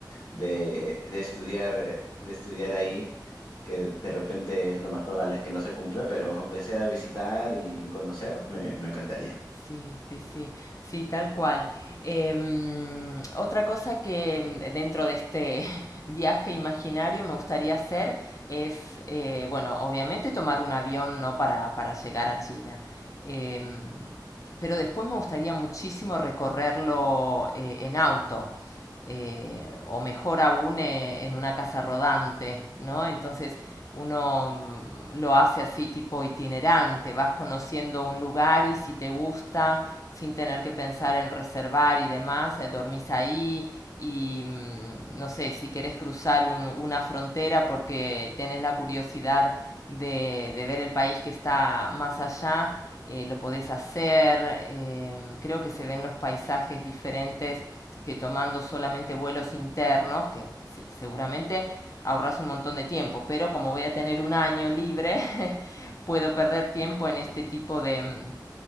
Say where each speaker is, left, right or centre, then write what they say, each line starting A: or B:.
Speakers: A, on the left; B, on the left.
A: de, de estudiar, eh, de estudiar ahí, que de repente lo más probable es que no se cumpla, pero aunque sea visitar y, y conocer, me, me encantaría.
B: Sí, sí, sí, sí, tal cual. Em, otra cosa que em, dentro de este <laughs> viaje imaginario me gustaría hacer es, eh, bueno, obviamente tomar un avión, ¿no? Para, para llegar a China. Em, pero después me gustaría muchísimo recorrerlo eh, en auto, eh, o mejor aún eh, en una casa rodante, ¿no? Entonces, uno mm, lo hace así tipo itinerante, vas conociendo un lugar y si te gusta, sin tener que pensar en reservar y demás, eh, dormís ahí y mm, no sé, si querés cruzar un- una frontera porque tenés la curiosidad de, de ver el país que está más allá, eh, lo podés hacer. em, creo que se ven los paisajes diferentes que tomando solamente vuelos internos, que sí, seguramente ahorras un montón de tiempo, pero como voy a tener un año libre, <laughs> puedo perder tiempo en este tipo de, mm,